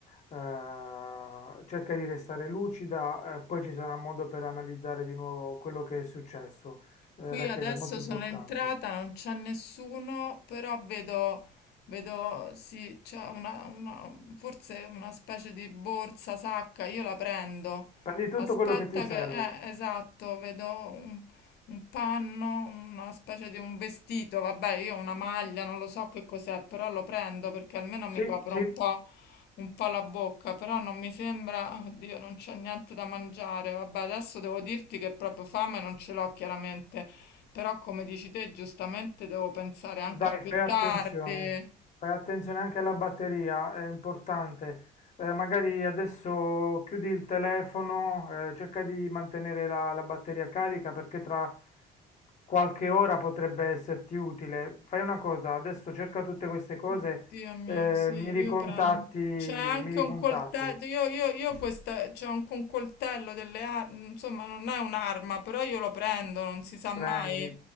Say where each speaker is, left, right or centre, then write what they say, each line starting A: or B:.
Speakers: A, on the left (about 45°); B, on the left (about 75°).
A: cerca di restare lucida, eh, poi ci sarà modo per analizzare di nuovo quello che è successo. Eh,
B: Qui
A: Rachele,
B: adesso
A: è molto
B: sono
A: importante.
B: entrata, non c'è nessuno, però vedo, vedo, sì, c'è una, una- forse una specie di borsa, sacca, io la prendo.
A: Prendi tutto
B: Aspetta
A: quello che ti serve.
B: che, eh, esatto, vedo un, un panno, una specie di un vestito, vabbè, io ho una maglia, non lo so che cos'è, però lo prendo perché almeno mi
A: Sì,
B: copro
A: sì.
B: un po'. un po' la bocca, però non mi sembra, oddio, non c'è niente da mangiare. Vabbè, adesso devo dirti che proprio fame non ce l'ho chiaramente, però come dici te, giustamente devo pensare
A: Dai,
B: anche a più
A: fai attenzione,
B: tardi.
A: fai attenzione anche alla batteria, è importante. Eh, magari adesso chiudi il telefono, eh, cerca di mantenere la, la batteria carica perché tra qualche ora potrebbe esserti utile. Fai una cosa, adesso cerca tutte queste cose,
B: Oddio mio,
A: eh,
B: sì, io
A: mi ricontatti,
B: prendo.
A: mi
B: C'è anche
A: ricontatti.
B: un coltello, io, io, io questa, c'è anche un coltello delle armi, insomma non è un'arma, però io lo prendo, non si sa mai,
A: Prendi,